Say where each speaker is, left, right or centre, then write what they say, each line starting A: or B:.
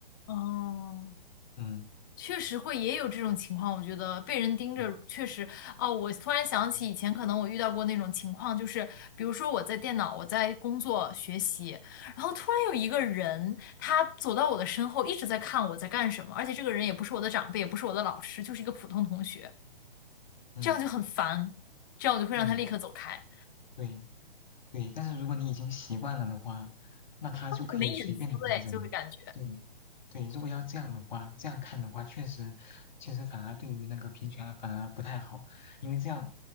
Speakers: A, on the left; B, on the left.
A: 哦。
B: 嗯
A: 确实会也有这种情况，我觉得被人盯着确实哦。
B: 嗯
A: 我突然想起以前可能我遇到过那种情况，
B: 嗯
A: 就是比如说我在电脑，我在工作学习，然后突然有一个人他走到我的身后，一直在看我在干什么，而且这个人也不是我的长辈，也不是我的老师，就是一个普通同学，
B: 嗯。
A: 这样就很烦，这样我就会让他立刻走开，
B: 嗯，对对，但是如果你已经习惯了的话，那他就可以随便的盯着你。
A: 很没隐私哎，就会感觉
B: 对对，如果要这样的话，这样看的话，确实，其实反而对于那个平权啊反而不太好，因为这样